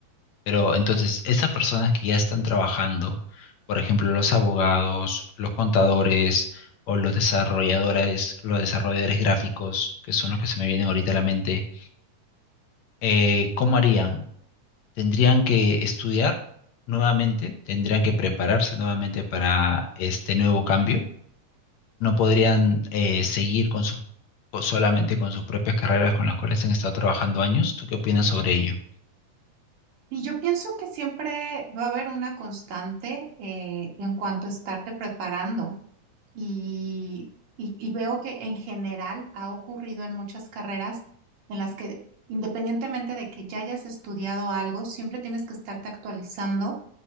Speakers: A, on the left; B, on the right.
A: Pero entonces, esas personas que ya están trabajando, por ejemplo, los abogados, los contadores o los desarrolladores, los desarrolladores gráficos, que son los que se me vienen ahorita a la mente, eh, ¿cómo harían? tendrían que estudiar nuevamente, tendrían que prepararse nuevamente para este nuevo cambio. No podrían eh, seguir con sus, o solamente con sus propias carreras con las cuales han estado trabajando años. ¿Tú qué opinas sobre ello?
B: Y yo pienso que siempre va a haber una constante eh, en cuanto a estarte preparando. Y, y, y veo que en general ha ocurrido en muchas carreras en las que independientemente de que ya hayas estudiado algo, siempre tienes que estarte actualizando